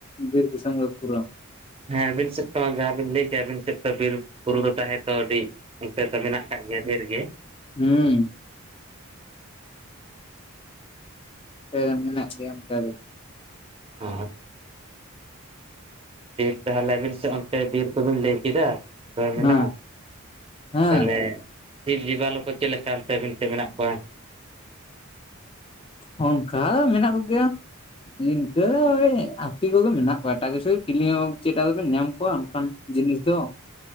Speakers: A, on the left; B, on the right.
A: ᱵᱤᱨ ᱫᱤᱥᱚᱢ ᱜᱮ ᱯᱩᱨᱟ᱾
B: ᱦᱮᱸ ᱟᱵᱤᱱ ᱥᱮᱫ ᱛᱚ ᱡᱟᱦᱟᱸ ᱵᱤᱱ ᱞᱟᱹᱭ ᱠᱮᱜᱼᱟ ᱟᱵᱤᱱ ᱥᱮᱫ ᱛᱚ ᱵᱤᱨ ᱵᱩᱨᱩ ᱫᱚ ᱛᱟᱦᱮᱸ ᱛᱚ ᱟᱹᱰᱤ ᱚᱱᱛᱮ ᱫᱚ ᱢᱮᱱᱟᱜ ᱠᱟᱜ ᱜᱮᱭᱟ ᱰᱷᱮᱨ ᱜᱮ᱾
A: ᱦᱩᱸ᱾ ᱟᱯᱮᱫᱚ ᱢᱮᱱᱟᱜ ᱯᱮᱭᱟ ᱚᱱᱠᱟ ᱜᱮ?
B: ᱦᱚᱭ ᱵᱤᱨ ᱛᱟᱦᱚᱞᱮ ᱟᱵᱤᱱ ᱥᱮᱫ ᱚᱱᱛᱮ ᱵᱤᱨ ᱠᱚᱵᱤᱱ ᱞᱟᱹᱭ ᱠᱮᱫᱟ᱾ ᱫᱚ ᱢᱮᱱᱟᱜᱼᱟ
A: ᱦᱮᱸ ᱦᱮᱸ
B: ᱛᱟᱦᱚᱞᱮ ᱡᱤᱵ ᱡᱤᱵᱟᱞᱳ ᱠᱚ ᱪᱮᱫ ᱞᱮᱠᱟ ᱚᱱᱛᱮ ᱟᱹᱵᱤᱱ ᱥᱮᱫ ᱢᱮᱱᱟᱜ ᱠᱚᱣᱟ?
A: ᱦᱚᱸ ᱚᱱᱠᱟ ᱫᱚ ᱢᱮᱱᱟᱜ ᱠᱚᱜᱮᱭᱟ᱾ ᱤᱱᱠᱟᱹ ᱫᱚ ᱳᱭ ᱟᱛᱤ ᱠᱚᱜᱮ ᱢᱮᱱᱟᱜ ᱠᱚᱣᱟ ᱮᱴᱟᱜ ᱠᱤᱪᱷᱩ ᱪᱤᱞᱤ ᱦᱚᱸ ᱪᱮᱫᱟᱜ ᱠᱚᱵᱮᱱ ᱧᱟᱢ ᱠᱚᱣᱟ ᱟ ᱚᱱᱠᱟᱱ ᱡᱤᱱᱤᱥ ᱫᱚ᱾